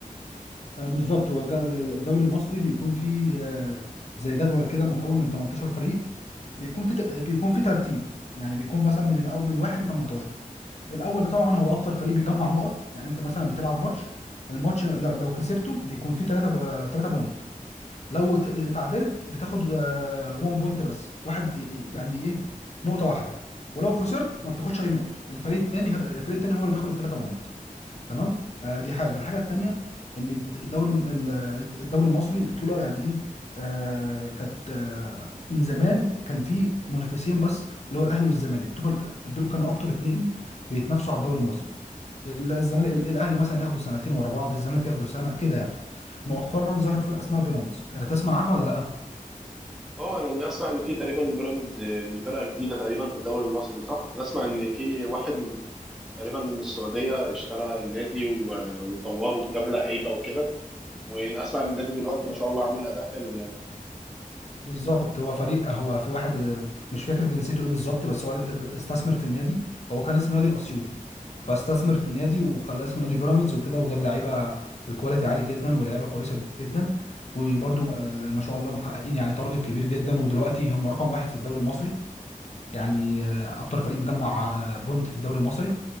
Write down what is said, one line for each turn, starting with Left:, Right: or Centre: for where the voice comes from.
Left: آه، بالظبط هو الج- الدوري المصري بيكون فيه آه، زي جدول كده مكون من 18 فريق بيكون في ت- بيكون في ترتيب يعني بيكون مثلا من الاول من واحد ل 18 الاول ده طبعا هو اكتر فريق بيجمع نقط يعني انت مثلا بتلعب ماتش الماتش لو, لو كسبته بيكون فيه 3 3 بونت لو ت- اتعادلت بتاخد 1 بونت بس واحد ي- يعني ايه نقطة واحدة ولو خسرت ما بتاخدش اي نقطة الفريق التاني الفريق التاني هو اللي بياخد الثلاثة بونت تمام آه دي حاجه الحاجه التانيه ان الدوري الم- ال- الدوري المصري بطوله يعني ايه آه كانت آه من زمان كان في منافسين بس اللي هو الاهلي والزمالك دول دول كانوا اكتر اتنين بيتنافسوا على الدوري المصري ال- الزمالك ال- الاهلي مثلا ياخدوا سنتين ورا بعض الزمالك ياخدوا سنه كده يعني مؤخرا ظهر فرقه اسمها بيراميدز آه تسمع عنها ولا لا
Centre: اه يعني اسمع ان في تقريبا بيراميدز آه، دي فرقه جديده تقريبا في الدوري المصري صح انا اسمع ان في واحد من تقريبا من السعوديه اشترى النادي و- وطوره وجاب لعيبه وكده واسمع ان النادي دلوقتي ما شاء الله عامل اداء حلو يعني
Left: بالظبط هو فريق هو في واحد آه، مش فاكر جنسيته ايه بالظبط بس هو آه، آه، استثمر في النادي هو كان اسمه نادي الاسيوطي فاستثمر في النادي وخلاه اسمه نادي بيراميدز وكده وجاب لعيبه بكواليتي عالي جدا ولعيبه كويسه جدا وبرده ما شاء الله محققين يعني تارجت كبير جدا ودلوقتي هم رقم واحد في الدوري المصري يعني آه، اكتر فريق مجمع آه، بونت في الدوري المصري